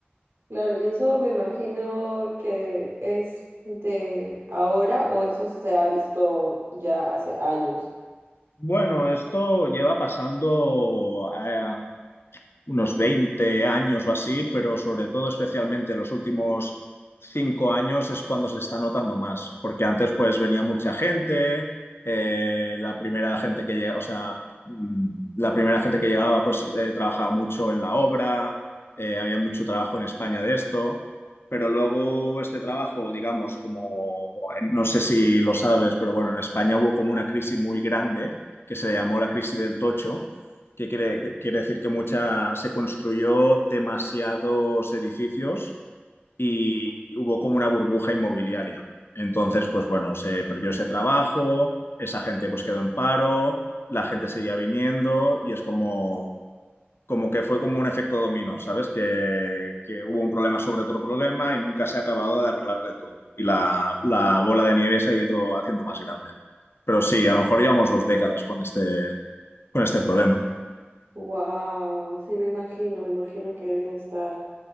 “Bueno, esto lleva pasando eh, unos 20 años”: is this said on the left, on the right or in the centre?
Left